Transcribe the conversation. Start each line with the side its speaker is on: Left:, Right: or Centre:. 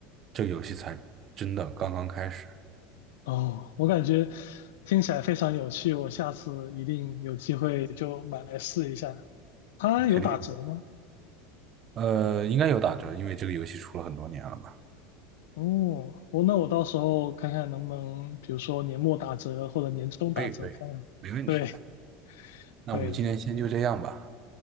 Right: 这个游戏才真的刚刚开始。
Left: 哦，我感觉听起来非常有趣，我下次一定有机会就买来试一下。它有打折吗？
Right: 肯定，呃，应该有打折，因为这个游戏出了很多年了嘛。
Left: 哦，我那我到时候看看能不能，比如说年末打折或者年终打折看看。
Right: 可以，可以，没问题的。
Left: 对
Right: 那我们今天先就这样吧。
Left: 对，